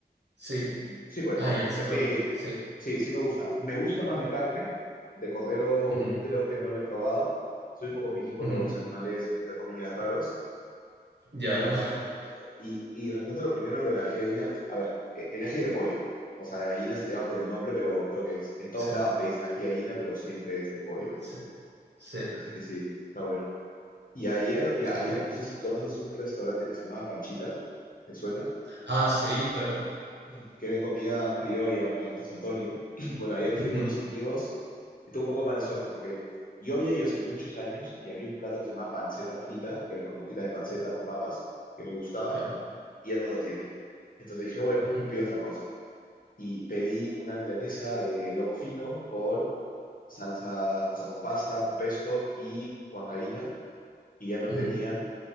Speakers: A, on the right; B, on the left.
A: Sí.
B: Sí, pues no.
A: Ay, el saco,
B: Sí,
A: sí.
B: sí, sí me gusta. Me gusta más de carne. De cordero
A: Ujú,
B: creo que no lo he probado. Soy un poco piqui con
A: ujú.
B: los animales, entre comillas, raros.
A: Ya,
B: Y aparte,
A: <laughs>
B: y, y respondo lo primero, lo del ají de gallina. A ver, e- el ají de pollo. O sea, de gallina se llama por el nombre, pero creo que es, en todos
A: sí,
B: lados le dicen ají de gallina, pero siempre es de pollo.
A: sí, sí,
B: Así que sí, está bueno. Y ayer, mira,
A: está
B: ayer,
A: bueno.
B: no sé si conoces un restaurante que se llamaba Panchita. ¿Te suena?
A: Ah, sí, claro.
B: Mm. que es de comida criolla, en plan José Antonio. <clears throat> Bueno, ayer fui
A: Ujú,
B: con los amigos y tuve un poco de mala suerte porque yo había ido hace muchos años y había un plato que se llamaba panceta frita, que era como tiras de panceta con papas, que me gustaba
A: claro.
B: y ya no lo tienen. Entonces dije, bueno,
A: Ujú,
B: pues pido otra cosa. Y pedí una milanesa de lomo fino con salsa, o sea, con pasta, con pesto y huancaína y ya no
A: ujú.
B: tenían